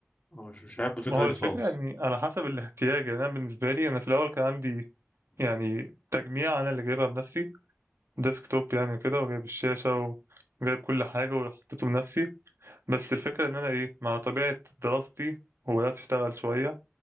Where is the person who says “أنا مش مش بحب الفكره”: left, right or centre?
Left